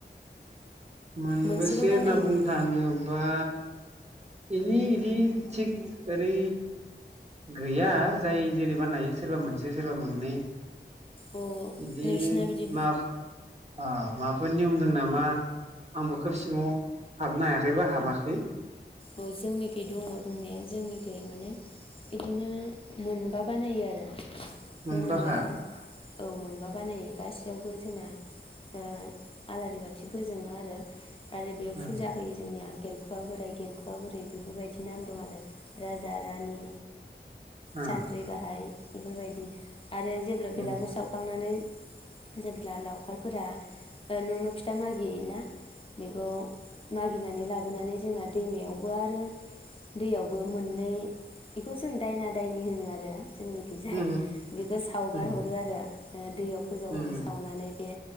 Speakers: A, on the right; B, on the left.
A: मोनबेसे
B: मोनसेल' बानायो
A: होनना बुंनो
B: नामा?
A: थाङोबा इनि इदि थिग ओरै गैया जाय जेरै बानायो सोरबा मोनसे सोरबा मोननै
B: अ
A: बिदि
B: नोंसिना बिदि
A: मा आ माबाफोर नियम दं नामा आंबो खोब सिङाव हाबनो हायाखै बा हाबाखै
B: औ जोंनिखै दङ दंनाया जोंनिखै माने बिदिनो मोनबा बानायो आरो
A: मोनबाखा
B: बे मोनबाया औ मोनबा बानायो गासैयावबो जोंना ओ आलारि बाथि फोजोङो आरो आरो बेयाव
A: ओ
B: फुजा होयो जोंनिया <unintelligible> <unintelligible> बुरै बेफोरबायदि नाम दं आरो राजा रानि
A: ओ
B: सानथ्रि गाहाइ बेफोरबायदि आरो जेब्ला बेलागुर
A: उम
B: सावखांनानै जेबोला लावखारफोरा ओ न' न' फिथा मागिहैयो ना बेखौ मागिनानै लाबोनानै जोंना दैमायाव बो आरो दैयावबो मोननै बेखौ जों दायना दायनि होनो आरो जोंनिखैजाय
A: उम
B: बेखौ सावगारहरो
A: उम
B: आरो ओ दैयाव फोजावहरो
A: उम
B: सावनानै बे